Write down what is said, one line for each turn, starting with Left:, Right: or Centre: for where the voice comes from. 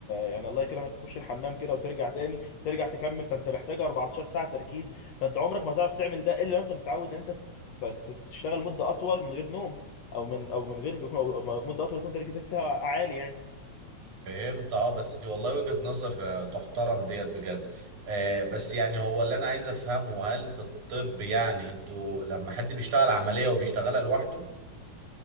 Left: يعني الله يكرمك تخش الحمام كده وترجع تاني ترجع تكمل فانت محتاج 14 ساعه تركيز فانت عمرك ما هتعرف تعمل ده الا لو انت متعود انت ت- ت- تشتغل مده اطول من غير نوم او من او من غير يكون- أو مده اطول يكون تركيزك فيها عالي يعني
Right: فهمت اه بس دي والله وجهة نظر آه، تحترم ديت بجد آه بس يعني هو اللي انا عايز افهمه هل في الطب يعني انتوا لما حد بيشتغل عملية وبيشتغلها لوحده